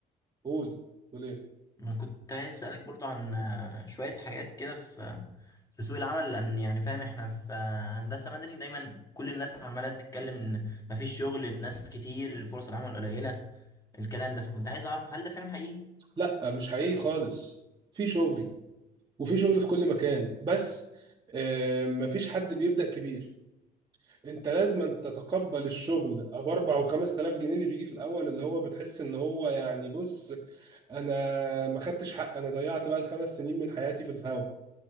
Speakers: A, on the right; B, on the left.
A: قول قول ايه
B: انا كنت عايز اسالك برضو عن آه، شويه حاجات كده في في سوق العمل لان يعني فاهم احنا في آه، هندسه مدني دايما كل الناس عماله تتكلم ان مفيش شغل الناس كتير فرص العمل قليله الكلام ده فكنت عايز اعرف هل ده فعلا حقيقي
A: لا مش حقيقي خالص في شغل وفي شغل في كل مكان بس آه، مفيش حد بيبدأ كبير انت لازم تتقبل الشغل ابو 4 و 5000 جنيه اللي بيجي في الاول اللي هو بتحس ان هو يعني بص انا ما خدتش حق انا ضيعت بقى الخمس سنين من حياتي في الهوا